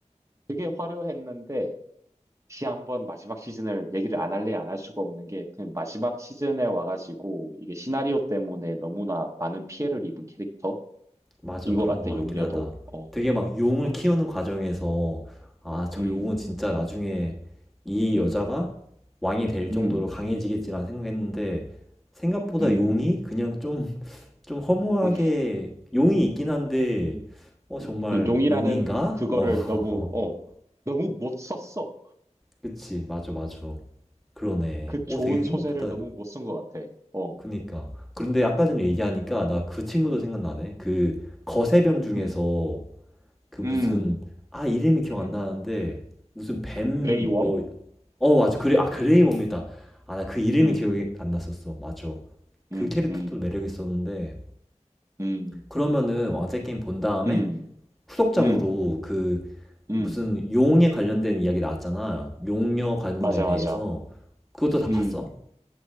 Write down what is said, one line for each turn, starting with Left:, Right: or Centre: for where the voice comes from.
Right: 되게 화려했는데, 시 한번 마지막 시즌을 얘기를 안 할래 안 할 수가 없는 게 그냥 마지막 시즌에 와가지고 이게 시나리오 때문에 너무나 많은 피해를 입은 캐릭터인
Centre: 맞아,
Right: 것
Centre: 그런
Right: 같아
Centre: 것 같긴
Right: 용녀도
Centre: 하다.
Right: 어,
Centre: 되게 막 용을
Right: 어,
Centre: 키우는 과정에서, 아, 저
Right: 음,
Centre: 용은 진짜 나중에 이
Right: 음,
Centre: 여자가 왕이 될 정도로
Right: 음,
Centre: 강해지겠지라는 생각했는데, 생각보다
Right: 음,
Centre: 용이 그냥 좀, 좀 허무하게,
Right: 음.
Centre: 용이 있긴 한데,
Right: <laughs>
Centre: 어, 정말
Right: 그 용이라는
Centre: 용인가?
Right: 그거를
Centre: 어,
Right: 너무 어
Centre: <laughs>
Right: 너무 못 썼어
Centre: 그치, 맞아, 맞아. 그러네.
Right: 음, 그 좋은
Centre: 어, 되게 생각보다,
Right: 소재를 너무 못 쓴 것 같아 어,
Centre: 그니까. 그런데 아까 전에 얘기하니까 나 그 친구도 생각나네. 그 거세병 중에서
Right: 음,
Centre: 그 무슨
Right: 음,
Centre: 아 이름이 기억
Right: 음,
Centre: 안 나는데 무슨 뱀
Right: 그레이 웜,
Centre: 뭐 어 맞아 그래 아 그레이 몹니다 아 나 그 이름이
Right: 음,
Centre: 기억이 안 났었어 맞아 그
Right: 음,
Centre: 캐릭터도
Right: 음,
Centre: 매력 있었는데
Right: 음,
Centre: 그러면은 왕좌 게임 본 다음에
Right: 음,
Centre: 후속작으로
Right: 음,
Centre: 그
Right: 음,
Centre: 무슨 용에 관련된 이야기 나왔잖아 용녀 가문에
Right: 맞아
Centre: 대해서
Right: 맞아
Centre: 그것도 다
Right: 음.
Centre: 봤어?